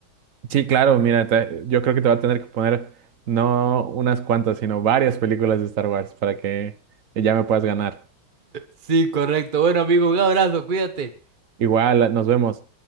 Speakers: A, on the right; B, on the right.
A: Sí, claro, mira, te- yo creo que te va a tener que poner no unas cuantas, sino varias películas de Star Wars para que ya me puedas ganar.
B: Sí, correcto. Bueno, amigo, un abrazo, cuídate.
A: Igual, nos vemos.